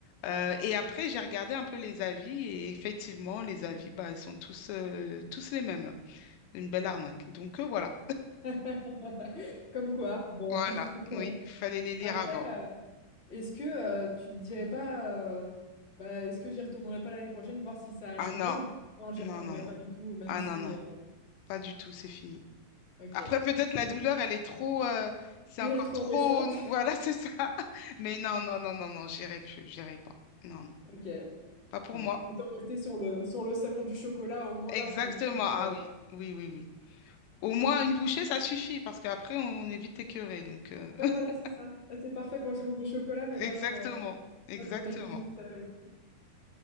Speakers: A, on the left (about 85°); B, on the left (about 25°).
A: Euh, et après, j'ai regardé un peu les avis et effectivement, les avis, bah, ils sont tous, euh, tous les mêmes, là. Une belle arnaque. Donc, euh, voilà.
B: <laughs> Comme quoi, bon.
A: Voilà.
B: <laughs>
A: Oui, il fallait les lire
B: Après,
A: avant.
B: euh, Est-ce que euh, tu te dirais pas, euh, bah, est-ce que j'y retournerai pas l'année prochaine, voir si ça a
A: Ah
B: changé
A: non,
B: ou non, j'y
A: non,
B: retournerai
A: non, non.
B: pas du tout, même
A: Ah
B: si.
A: non, non.
B: euh,
A: Pas du tout, c'est fini.
B: Ok.
A: Après,
B: <laughs> Elle
A: peut-être la douleur, elle est trop, euh, c'est
B: est
A: encore
B: trop
A: trop,
B: récente.
A: <laughs>
B: <laughs>
A: voilà, c'est ça. <laughs> Mais non, non, non, non, non, j'irai plus, j'irai pas. Non, non,
B: Ok.
A: pas pour
B: Bon.
A: moi.
B: Autant rester sur le, sur le salon du chocolat, au moins
A: Exactement.
B: là, on est sûr
A: Ah
B: que.
A: oui, oui, oui, oui. Au moins une bouchée, ça suffit parce qu'après, on est vite écœuré. Donc, euh, <laughs>
B: Ouais, voilà, c'est ça. Là, c'est parfait pour le salon du chocolat, mais
A: exactement,
B: pas pour, euh,
A: exactement.
B: pas pour de la cuisine salée.